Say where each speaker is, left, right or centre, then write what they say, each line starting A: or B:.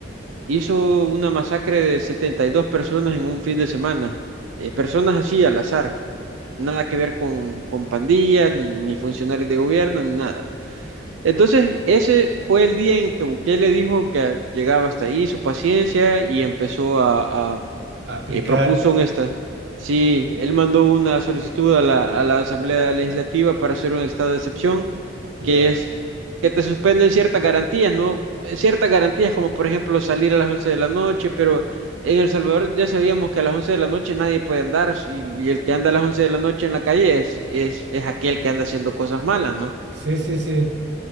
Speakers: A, on the right (about 80°); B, on the right (about 60°).
A: hizo una masacre de 72 personas en un fin de semana. Eh, personas así al azar, nada que ver con, con pandillas, ni, ni funcionarios de gobierno, ni nada. Entonces, ese fue el día en que Bukele dijo que llegaba hasta ahí su paciencia y empezó a,
B: Aplicar,
A: eh, propuso un esta. Sí, él mandó una solicitud a la, a la Asamblea Legislativa para hacer un estado de excepción,
B: ya.
A: que es que te suspenden ciertas garantías, ¿no? Ciertas garantías como por ejemplo salir a las 11 de la noche, pero en El Salvador ya sabíamos que a las once de la noche nadie puede andar y, y el que anda a las 11 de la noche en la calle es, es, es aquel que anda haciendo cosas malas, ¿no?
B: Sí, sí, sí,